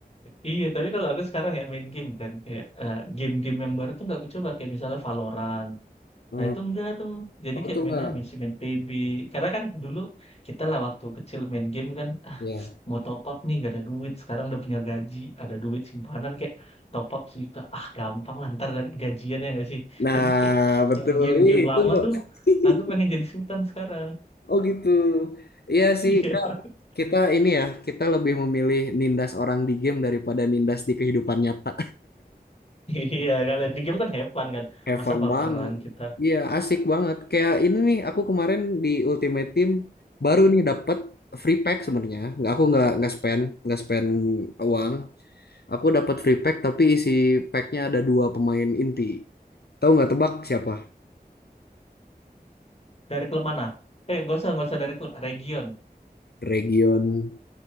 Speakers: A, on the left; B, on the left.
A: Iya, tapi kalau aku sekarang ya main game kan kayak eh, game-game yang baru tuh nggak aku coba kayak misalnya Valorant.
B: Hmm.
A: Nah itu enggak tuh. Jadi
B: Aku
A: kayak
B: tuh
A: mainnya
B: nggak.
A: masih main PB. Karena kan dulu kita lah waktu kecil main game kan ah
B: ya
A: mau top up nih nggak ada duit. Sekarang udah punya gaji, ada duit simpanan kayak top up sejuta. Ah gampang lah ntar dapat gajian ya nggak sih.
B: Nah,
A: Jadi kayak
B: betul.
A: yang game-game
B: Ih, itu.
A: lama tuh
B: <laughs>
A: aku pengen jadi sultan sekarang.
B: Oh gitu. Iya sih,
A: <laughs>
B: Kak. Kita ini ya, kita lebih memilih nindas orang di game daripada nindas di kehidupan nyata.
A: Iya, iya. Kalau di game kan have fun kan.
B: Have
A: Masa
B: fun
A: baperan
B: banget.
A: kita
B: Iya, asik banget. Kayak ini nih, aku kemarin di Ultimate Team baru nih dapat free pack sebenarnya. Nggak aku nggak nggak spend, nggak spend uang. Aku dapat free pack tapi isi packnya ada dua pemain inti. Tahu nggak tebak siapa?
A: Dari klub mana? Eh, nggak usah, nggak usah dari klub. Region.
B: Region